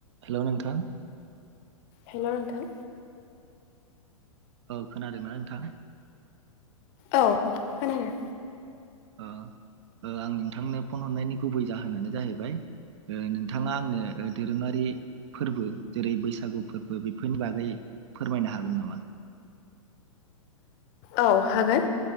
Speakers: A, on the right (about 55°); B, on the left (about 35°).
A: Hello नोंथां
B: hello नोंथां
A: औ खोनादोंमोन नोंथां
B: औ खोनादों
A: आं नोंथांनो फन हरनायनि गुबै जाहोनानो जाहैबाय नोंथाङा आंनो दोरोङारि फोरबो जेरै बैसागु फोरबो बेफोरनि बागै फोरमायनो हागोन नामा
B: औ हागोन